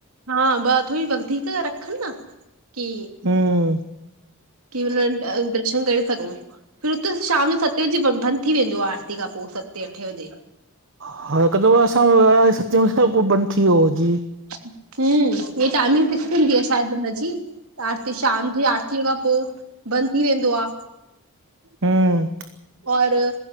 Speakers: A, on the right; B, on the right.
A: हा, ॿ थोड़ी वधीक रखन न, की
B: हूं
A: की मत्लब, दर्शन करे सघूं। फिर त शाम जो सतें बजे बंद थी वेंदो आ, आरती खां पो सतें, अठें बजे।
B: हा, हिक दफ़ो असां वयास सतें बजे खां पो, बंद थी व्यो जी।
A: हूं,, हे टाइमिंग फिक्स हूंदी आ शायद हुनजी, आरती शाम जी आर आरती खां पो बंद थी वेंदो आ,
B: हम्म
A: और